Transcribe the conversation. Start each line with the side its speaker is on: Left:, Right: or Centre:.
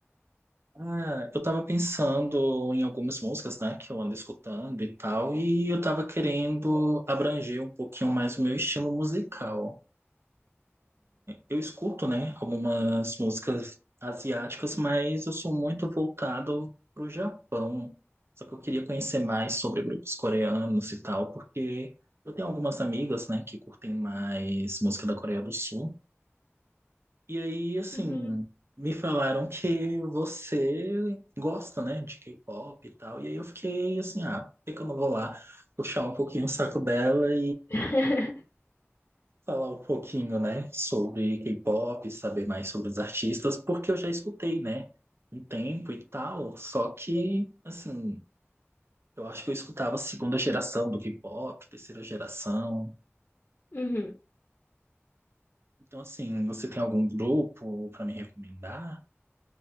Right: Ah, eu tava pensando em algumas músicas, né, que eu ando escutando e tal, e eu tava querendo abranger um pouquinho mais o meu estilo musical. Eu escuto, né, algumas músicas asiáticas, mas eu sou muito voltado pro Japão. Só que eu queria conhecer mais sobre grupos coreanos e tal, porque eu tenho algumas amigas, né, que curtem mais música da Coreia do Sul. E aí, assim,
Left: Uhum.
Right: me falaram que você gosta, né, de K-pop e tal. E aí eu fiquei assim, ah, por que que eu não vou lá puxar um pouquinho o saco dela
Left: <laughs>
Right: falar um pouquinho, né, sobre K-pop, saber mais sobre os artistas, porque eu já escutei, né, um tempo e tal, só que, assim, eu acho que eu escutava a segunda geração do K-pop, terceira geração.
Left: Uhum.
Right: Então, assim, você tem algum grupo para me recomendar?